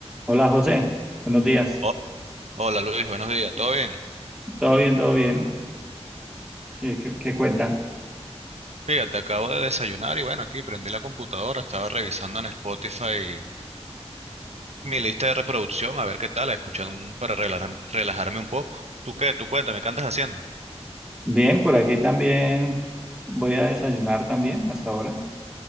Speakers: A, in the centre; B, on the right.
A: Hola José, buenos días.
B: Ho- hola Luis, buenos días, ¿todo bien?
A: ¿Todo bien? ¿Todo bien? ¿Qué, qué- qué cuenta?
B: Fíjate, acabo de desayunar y bueno, aquí prendí la computadora, estaba revisando en Spotify mi lista de reproducción, a ver qué tal, escuchando un- para relajar- relajarme un poco. ¿Tú qué? ¿Tú cuéntame qué andas haciendo?
A: Bien, por aquí también voy a desayunar también hasta ahora.